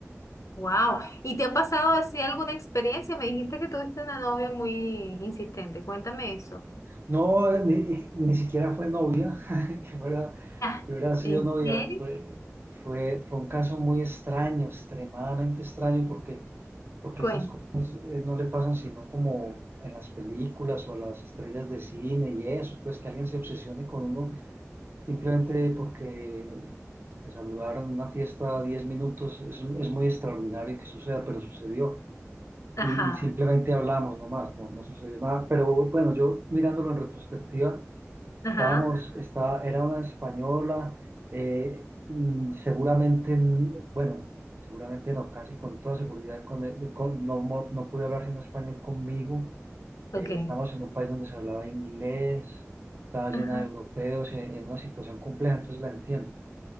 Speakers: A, on the left; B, on the right.
A: wow. ¿Y te ha pasado así alguna experiencia? Me dijiste que tuviste una novia muy insistente, cuéntame eso.
B: No, eh, ni, ni siquiera fue novia, <laughs> que fuera,
A: Ah,
B: que hubiera sido
A: ¿en
B: novia,
A: serio?
B: fue, fue, fue un caso muy extraño, extremadamente extraño, porque, porque
A: Cuéntame.
B: esas cosas eh, no le pasan sino como en las películas o a las estrellas de cine y eso, pues que alguien se obsesione con uno simplemente porque se saludaron en una fiesta 10 minutos, es, es muy extraordinario que suceda, pero sucedió.
A: Ajá,
B: y, y simplemente hablamos nomás, no, no sucedió nada. Pero bueno, yo mirándolo en retrospectiva,
A: ajá,
B: estábamos, está, era una española, eh, mm, seguramente, n- bueno, seguramente no, casi con toda seguridad, con, el- con- no, mo- no pude hablar sino español conmigo. Eh,
A: ok.
B: estábamos en un país donde se hablaba inglés, estaba llena
A: Ajá.
B: de europeos, eh, en, una situación compleja, entonces la entiendo.